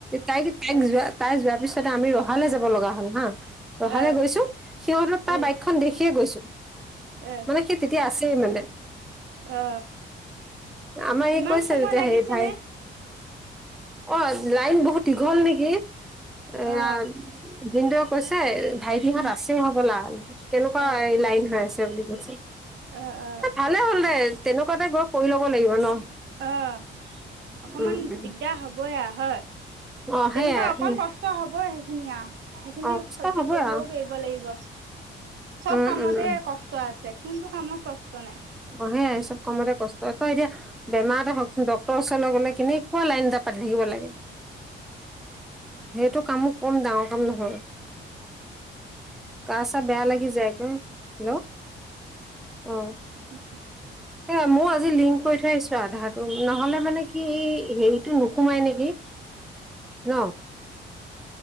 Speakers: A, in the centre; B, on the right.
A: তাইক, তাইক
B: এ
A: যোৱা তাই যোৱাৰ পিছতে আমি ৰহালৈ যাব লগা হ'ল হা, ৰহালৈ
B: এ
A: গৈছো সিহঁতৰ তাৰ
B: এ
A: বাইকখন খন দেখিয়ে গৈছো,
B: এ
A: মানে সি তেতিয়া আছেই মানে।
B: অ
A: আমাৰ
B: ইমান
A: ই কৈছে
B: সময়
A: যেতিয়া
B: লাগিছেনে
A: হেৰি ভাই অ' লাইন বহুত দীঘল নেকি, এয়া।
B: অ
A: ভিনদৱে কৈছে ভাইটিহত
B: উম
A: আছে হ'বলা, কেনেকুৱা
B: অ
A: লাইন হৈ আছে বুলি কৈছে।
B: অ অ
A: ভালে হ'ল দে তেনেকুৱাতে গৈ কৰি ল'ব লাগিব ন।
B: অ' অকমান
A: উম উম
B: দিগদাৰ হ'বই আৰু হয়।
A: অ সেইয়াই
B: তেনেকুৱা অকন
A: উম
B: কষ্ট হ'বই সেইখিনিয়ে আৰু, সেইখিনি
A: অ কষ্ট
B: সহ্য
A: হ'বই
B: কৰিবও
A: আৰু
B: পাৰিব দিব লাগিব, চব
A: উম
B: কামতে
A: উম উম
B: কষ্ট আছে। কোনটো কামত কষ্ট নাই।
A: অ' সেইয়াই এই চব কামৰে কষ্ট হয়, তই এতিয়া বেমাৰ এটা হওক চোন ডক্তৰৰ ওচৰলৈ গ'লে, কেনেকুৱা লাইন এটা পাতি থাকিব লাগে। যিহেতু কামো কম ডাঙৰ কাম নহয়। গা-চা বেয়া লাগি যায় ন। হেল্ল', অ'।
B: উম।
A: সেইয়াই মইও আজি লিংক কৰি থৈ আহিছো, আধাৰটো নহ'লে মানে কি এই হেৰিটো নোসোমাই নেকি। ন,